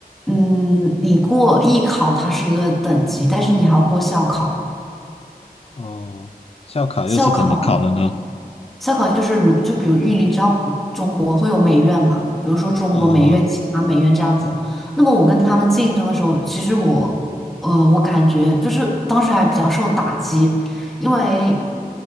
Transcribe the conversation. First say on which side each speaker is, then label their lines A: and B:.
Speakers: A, in the centre; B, on the left.
A: 嗯，你过艺考它是一个等级，但是你还要过校考，
B: 哦，校考又是怎么考的呢？
A: 校考烧烤就是如就比如因为你知道中国会有美院嘛，比如说中国美院、
B: 哦
A: 清华美院这样子。那么我跟他们竞争的时候，其实我呃我感觉就是当时还比较受打击，因为